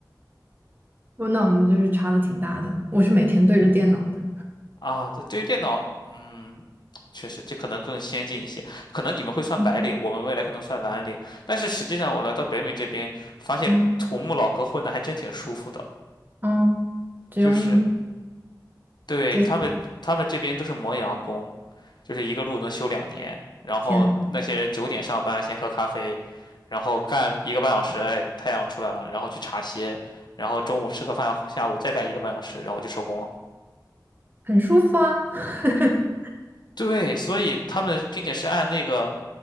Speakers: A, on the right; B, on the left.
A: 不，那我们就是差的挺大的。我是每天对着电脑的。
B: 啊，这对于电脑，嗯，确实这可能更先进一些，可能你们会算白领，
A: 嗯
B: 我们未来可能算蓝领。但是实际上，我来到北美这边，发现土木老哥混的还真挺舒服的，
A: 嗯嗯，只用
B: 就是对他们，
A: 接小
B: 他们这边都是磨洋工，就是一个路能修两年。然后那些人九点上班，
A: 天呐，
B: 先喝咖啡，然后干一个半小时，哎，太阳出来了，然后去茶歇，然后中午吃个饭，下午再干一个半小时，然后就收工了。
A: 很舒服啊，<laughs>
B: 对，所以他们并且是按那个